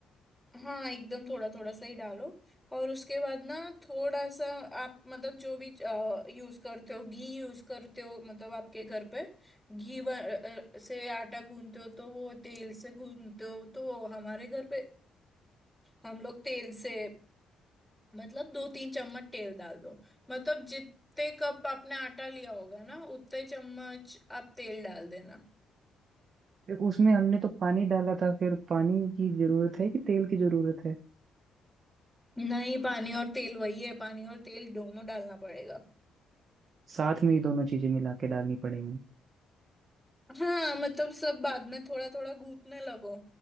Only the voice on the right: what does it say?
फिर उसमें हमने तो पानी डाला था फिर पानी की जरूरत है कि तेल की जरूरत है
साथ में ही दोनों चीजें मिला के डालनी पड़ेंगी